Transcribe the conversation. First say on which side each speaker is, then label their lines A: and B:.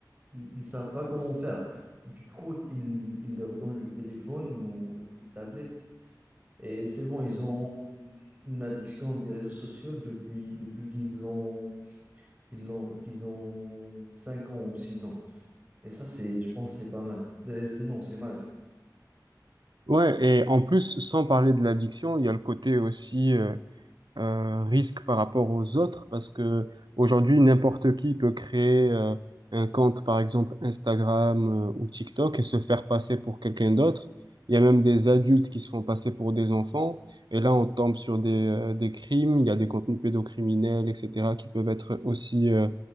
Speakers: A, on the right (about 20°); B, on the right (about 80°).
A: ils ne savent pas comment faire. Du coup, ils, ils leur donnent le téléphone ou une tablette et c'est bon, ils ont une addiction des réseaux sociaux depuis, depuis qu'ils ont, qu'ils l'ont- qu'ils ont 5 ans ou 6 ans. Et ça, c'est, je pense, que c'est pas mal. Mais c'est- non, c'est mal.
B: Ouais, et en plus, sans parler de l'addiction, il y a le côté aussi... euh, euh, risque par rapport aux autres parce que aujourd'hui n'importe qui peut créer euh, un compte par exemple Instagram euh, ou TikTok et se faire passer pour quelqu'un d'autre. Il y a même des adultes qui se font passer pour des enfants et là on tombe sur des, euh, des crimes, il y a des contenus pédocriminels, etc. qui peuvent être aussi euh,